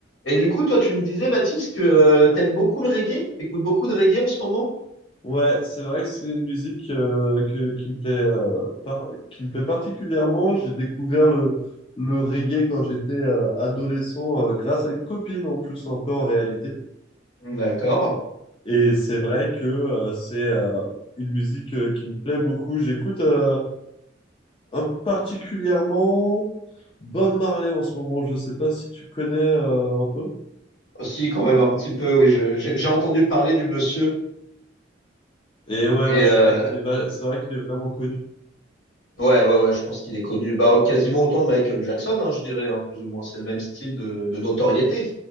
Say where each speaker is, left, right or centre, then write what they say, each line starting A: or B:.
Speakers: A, on the left (about 75°); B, on the left (about 30°).
A: Et du coup, toi, tu me disais, Baptiste, que euh, t'aimes beaucoup le reggae? T'écoutes beaucoup de reggae en ce moment?
B: Ouais, c'est vrai que c'est une musique euh, que, qui me plaît, euh, par- qui me plaît particulièrement. J'ai découvert le, le reggae quand j'étais euh, adolescent euh, grâce à une copine en plus un peu en réalité.
A: D'accord.
B: Et c'est vrai que euh, c'est euh, une musique euh, qui me plaît beaucoup. J'écoute euh, un particulièrement Bob Marley en ce moment. Je sais pas si tu connais euh, un peu.
A: Aussi, quand même, un petit peu, oui, je- j'ai j'ai entendu parler du monsieur.
B: Et ouais,
A: Et
B: ouais, c'est
A: euh,
B: vrai qu'il est, va- c'est vrai qu'il est vraiment connu.
A: ouais, ouais, ouais, je pense qu'il est connu. Bah, quasiment autant de Michael Jackson, hein, je dirais, hein, plus ou moins. C'est le même style de, de notoriété.